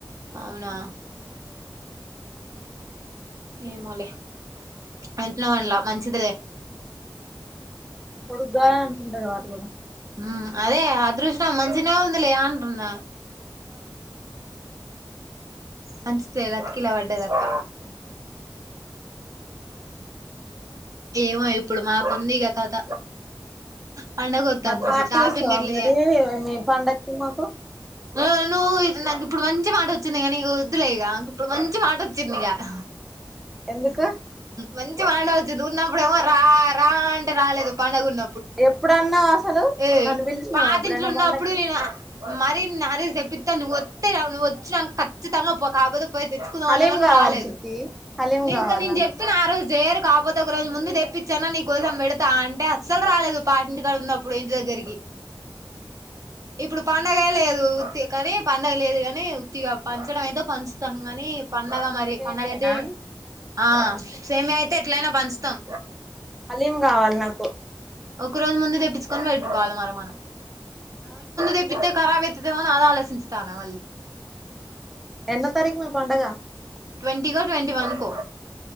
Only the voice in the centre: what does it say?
కొడుకుగావాలని అనుకుంటారు కదా అట్లానే
అవును
ఇంకా
మరి పార్టీ
ఇస్తావా
మరి మీ పండక్కి మాకు
ఎందుకు
ఎప్పుడన్నావ్ అసలు
నన్ను పిలిచినావా
ఎప్పుడైనా
పండక్కి
హలీం
కావాలి
చిట్టి హలీం
కావాలి
నాకు
సేమియానా
హలీం గావాలి నాకు
ఆ
ఎన్న తారీఖు నా మీ పండగ